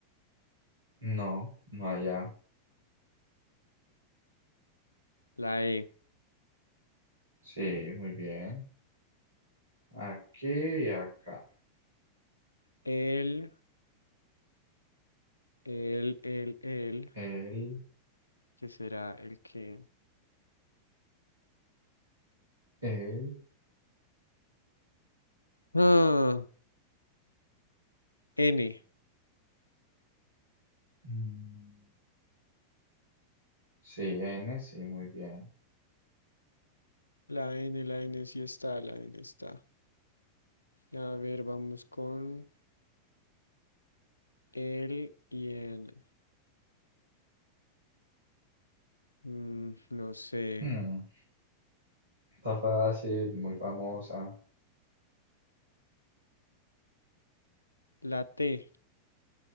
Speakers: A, on the right (about 80°); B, on the left (about 80°).
A: No, no hay A.
B: la E.
A: Sí, muy bien. Aquí y acá.
B: El, el, el, el.
A: El,
B: ¿Qué será el que?
A: el.
B: Ah, N.
A: mm, Sí, N, sí, muy bien.
B: La N, la N sí está, la N está. A ver, vamos con el y en. mm, no sé.
A: Mm, Está fácil, muy famosa.
B: La T,